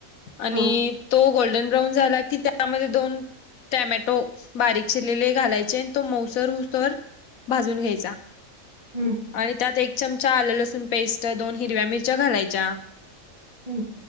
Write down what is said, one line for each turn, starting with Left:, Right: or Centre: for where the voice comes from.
Left: आणि
Right: हा
Left: तो गोल्ड. गोल्डन ब्राऊन झाला की, त्यामध्ये दोन. टॅमॅटो बारीक शिरलेले घालायचे आणि तो मौसर होऊ तवर भाजून घ्यायचा.
Right: हम्म,
Left: आणि त्यात एक चमचा आलं लसूण पेस्ट दोन हिरव्या मिरच्या घालायच्या.
Right: हम्म,